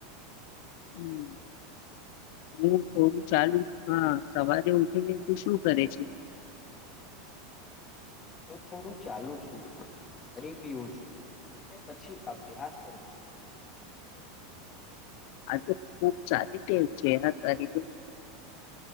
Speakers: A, on the left; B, on the left.
A: હમ હું થોડું ચાલુ હા સવારે ઉઠીને તોું શું કરે છે
B: હું થોડું ચાલુ છું પાણી પીવું છું અને પછી અભ્યાસ કરું છું
A: આતો ખુબ સારી ટેવ છે હો તારી તો